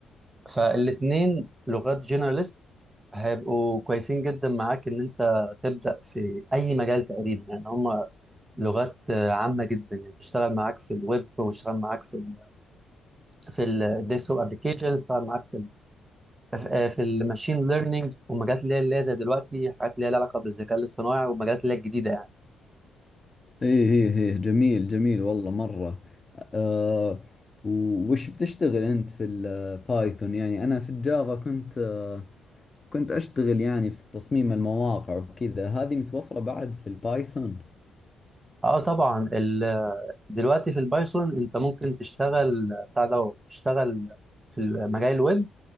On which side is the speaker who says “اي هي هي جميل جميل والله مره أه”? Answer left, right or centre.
Left